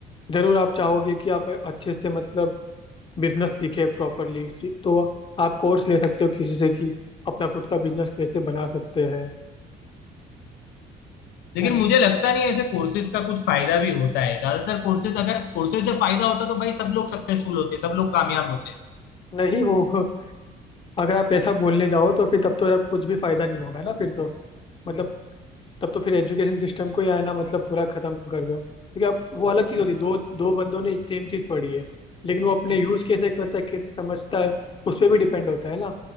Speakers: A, on the left (about 30°); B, on the left (about 80°).
A: जरूर आप चाहोगे कि आप अच्छे से मतलब बिजनेस सीखे प्रॉपरली तो आप कोर्स ले सकते हो किसी से कि अपना खुद का बिजनेस कैसे बना सकते हैं
B: लेकिन
A: है ना
B: मुझे लगता नहीं है ऐसे कोर्सेज का कुछ फायदा भी होता है ज्यादातर कोर्सेज अगर कोर्सेज से फायदा होता तो भाई सब लोग सक्सेसफुल होते सब लोग कामयाब होते
A: नहीं वो <laughs> अगर आप ऐसा बोलने जाओ तो फिर तब तो आप कुछ भी फायदा नहीं होगा ना फिर तो मतलब तब तो फिर एजुकेशन सिस्टम को ही आना मतलब पूरा खत्म कर दो क्योंकि अब वो अलग चीज होती है दो दो बंदों ने सेम चीज पढ़ी है लेकिन वो अपने यूज कैसे करता है कैसे समझता है उस पर भी डिपेंड होता है ना